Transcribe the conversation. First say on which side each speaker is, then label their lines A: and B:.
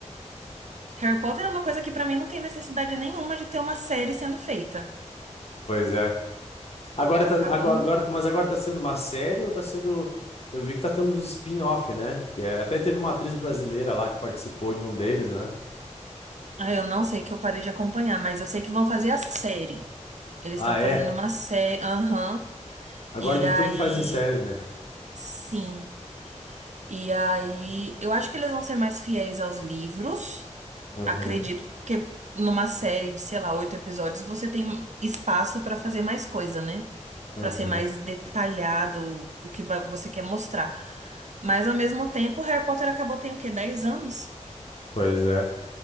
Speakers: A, on the right; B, on the left.
A: Harry Potter é uma coisa que pra mim não tem necessidade nenhuma de ter uma série sendo feita.
B: Pois é. Agora tá,
A: Acabou.
B: agora, agora tá- mas agora tá sendo uma série ou tá sendo. Eu vi que tá tendo uns spin-off, né? Que é- até teve uma atriz brasileira lá que participou de um deles, né?
A: Ah, eu não sei que eu parei de acompanhar, mas eu sei que vão fazer a série. Eles
B: Ah,
A: estão
B: é?
A: fazendo uma série, aham.
B: Agora
A: E
B: de
A: aí,
B: tudo faz em série, né?
A: sim. E aí, eu acho que eles vão ser mais fiéis aos livros,
B: Uhum,
A: acredito, porque numa série de, sei lá, oito episódios, você tem espaço pra fazer mais coisa, né?
B: uhum.
A: Pra ser mais detalhado o que vai- você quer mostrar. Mas ao mesmo tempo, Harry Potter acabou tem o quê? Dez anos?
B: Pois é.